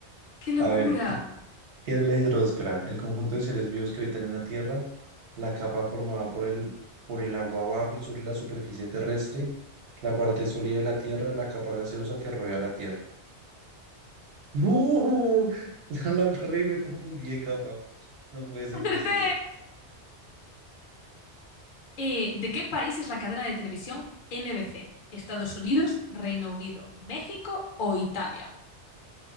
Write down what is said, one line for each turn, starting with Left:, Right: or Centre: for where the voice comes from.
Left: ¡Qué locura!
Right: A ver, ¿qué ¿Qué es la hidrosfera? El conjunto de seres vivos que habitan en la Tierra, la capa formada por el, por el agua abajo y sobre la superficie terrestre, la parte sólida de la Tierra, la capa gaseosa que rodea la Tierra. ¡No! <laughs> La, la embarré, me confundí de capa. No puede ser
Left: ¡Acerté!
Right: posible.
Left: Eh, ¿de qué país es la cadena de televisión NBC? ¿Estados Unidos, Reino Unido, México o Italia?